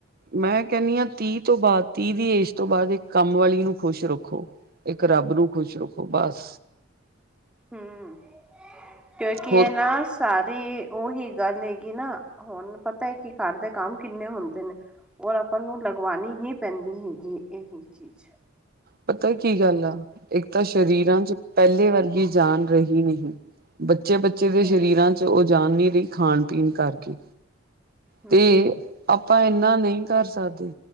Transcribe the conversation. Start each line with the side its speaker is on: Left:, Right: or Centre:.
Right: ਮੈਂ ਕਹਿੰਨੀ ਆ ਤੀਹ ਤੋਂ ਬਾਅਦ ਤੀਜ ਦੀ ਏਜ ਤੋਂ ਬਾਅਦ ਇੱਕ ਕੰਮ ਵਾਲੀ ਨੂੰ ਖੁਸ਼ ਰੱਖੋ ਇੱਕ ਰੱਬ ਨੂੰ ਖੁਸ਼ ਰੱਖੋ ਬਸ
Centre: ਹਮ ਕਿਉਂਕਿ
Right: ਹੋਰ
Centre: ਇਹ ਨਾ ਸਾਰੀ ਉਹੀ ਗੱਲ ਹੈਗੀ ਨਾ ਹੁਣ ਪਤਾ ਕੀ ਕਰਦੇ ਕੰਮ ਕਿੰਨੇ ਹੁੰਦੇ ਨੇ ਔਰ ਆਪਾਂ ਨੂੰ ਲਗਵਾਉਣੀ ਹੀ ਪੈਂਦੀ ਹੈਗੀ ਇਹ ਚੀਜ਼
Right: ਪਤਾ ਏ ਕਈ ਕੀ ਗੱਲ ਆ ਇੱਕ ਤਾਂ ਸ਼ਰੀਰਾਂ ਚ ਪਹਿਲੀ ਵਰਗੀ ਜਾਨ ਰਹੀ ਨਹੀਂ ਬੱਚੇ ਬੱ ਚੇ
Centre: ਸਹੀ
Right: ਦੇ ਸਰੀਰਾਂ ਚ ਉਹ ਜਾਨ ਨਹੀਂ ਰਹੀ ਖਾਣ ਪੀਣ ਕਰਕੇ
Centre: ਹਮ
Right: ਤੇ
Centre: ਹਮ
Right: ਆਪਾਂ ਇਨਾ ਨਹੀਂ ਕਰ ਸਕਦੇ